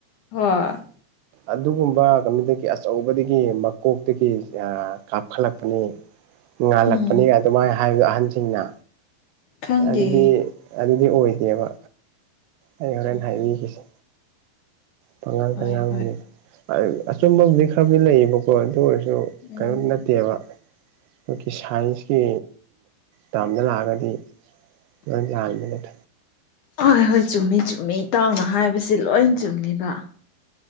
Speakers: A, on the left (about 70°); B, on the right (about 85°).
A: ꯍꫭꯏ
B: ꯑꯗꯨꯒꯨꯝꯕ ꯀꯩꯅꯣꯗꯒꯤ ꯑꯆꯧꯕꯗꯒꯤ ꯃꯀꯣꯛꯇꯒꯤ ꯀꯥꯞꯈꯠꯂꯛꯄꯅꯤ ꯉꯥꯜꯂꯛꯄꯅꯤ
A: ꯎꯝ
B: ꯑꯗꯨꯃꯥꯏꯅ ꯍꯥꯏꯕꯗ ꯑꯍꯟꯁꯤꯡꯅ
A: ꯈꯪꯗꯦ
B: ꯑꯗꯨꯗꯤ ꯑꯗꯨꯗꯤ ꯑꯣꯏꯗꯦꯕ ꯑꯩ ꯍꯣꯔꯦꯟ
A: ꯎꯝ
B: ꯍꯥꯏꯕꯤꯈꯤꯁꯦ ꯄꯉꯥꯡ
A: ꯍꯣꯏ
B: ꯇ ꯉꯥꯡꯕꯅꯤ
A: ꯍꯣꯏ
B: ꯑꯆꯨꯝꯕꯕꯨꯗꯤ ꯈꯔꯗꯤ ꯂꯩꯌꯦꯕꯀꯣ ꯑꯗꯨ ꯑꯣꯏꯔꯁꯨ
A: ꯎꯝ
B: ꯀꯩꯅꯣ ꯅꯦ ꯅꯠꯇꯦꯕ ꯑꯩꯈꯣꯏꯒꯤ ꯁꯥꯏꯟꯁꯀꯤ ꯇꯥꯝꯗ ꯂꯥꯛꯑꯒꯗꯤ ꯂꯣꯏ ꯂꯥꯟꯃꯤꯅꯠ
A: ꯍꯣꯏ ꯍꯣꯏ ꯆꯨꯝꯃꯤ ꯆꯨꯝꯃꯤ ꯏꯇꯥꯎꯅ ꯍꯥꯏꯕꯁꯦ ꯂꯣꯏ ꯆꯨꯝꯃꯤꯕ